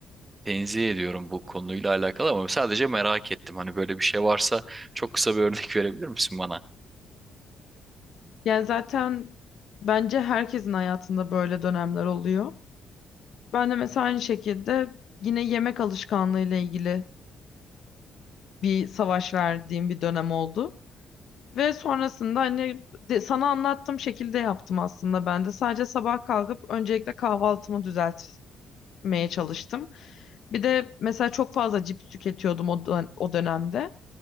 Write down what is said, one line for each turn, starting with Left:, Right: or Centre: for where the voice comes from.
Right: tenzih ediyorum bu konuyla alakalı ama sadece merak ettim. Hani böyle bir şey varsa çok kısa bir örnek <laughs> verebilir misin bana?
Left: Yani zaten bence herkesin hayatında böyle dönemler oluyor. Ben de mesela aynı şekilde yine yemek alışkanlığı ile ilgili bir savaş verdiğim bir dönem oldu. Ve sonrasında hani de- sana anlattığım şekilde yaptım aslında ben de. Sadece sabah kalkıp öncelikle kahvaltımı düzeltmeye çalıştım. Bir de mesela çok fazla cips tüketiyordum o, dön- o dönemde.